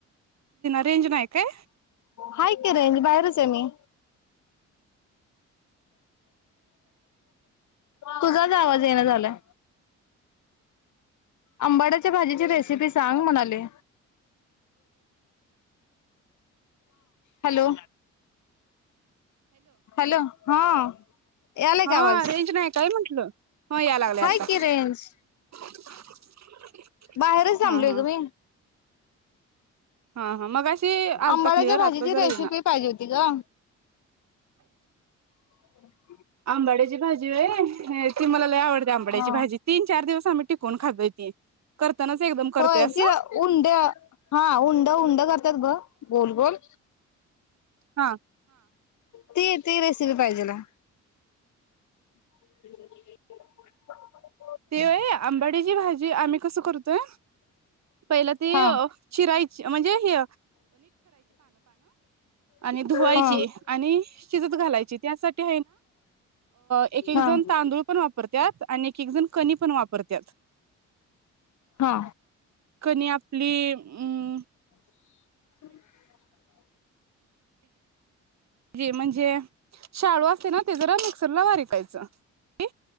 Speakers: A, on the right (about 60°); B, on the left (about 70°).
A: रेंज नाय काय.
B: हाय की आहे रेंज बाहेरच आहे मी तुझाच आवाज येना झालाय आंबाड्याच्या भाजीची रेसिपी सांग म्हणाले हॅलो. हॅलो हा. ऐ आलाय
A: हा
B: का आवाज
A: रेंज नाही काय म्हंटलं हा या लागले आता
B: हाय कि रेंज.
A: <inaudible>
B: बाहेरच
A: हा
B: थांब लेग
A: हा
B: बई
A: हा हा मग अशी आलता
B: आंबाड्याच्या
A: क्लिअर
B: भाजीची
A: आता जर
B: रेसिपी
A: येईना
B: पाहिजे होती ग. <unintelligible>
A: आंबाड्याची भाजी होय ती मला आवडते आंबाड्याची
B: हा
A: भाजी तीन चार दिवस आम्ही टिकून खातोय ती करतानाच एकदम करतोय
B: होय
A: अस
B: ती उंड हा उंड उंड करतात ब गोल गोल
A: हा.
B: ती ती रेसिपीच पाहिजेले <unintelligible>
A: ते होय आंबाडीची भाजी आम्ही कसं करतोय पहिला ती
B: हा
A: चिरायची म्हणजे हि आणि धुवायची
B: हा.
A: आणि शिजत घालायची त्यासाठी एक एक
B: हा
A: जण तांदूळ पण वापर परत्यात कणी पण वापरत्यात
B: हा.
A: कणी आपली <unintelligible>
B: <inaudible>
A: जे म्हणजे शाळू असते ना ते जरा मिक्सरला वारीकायच ओके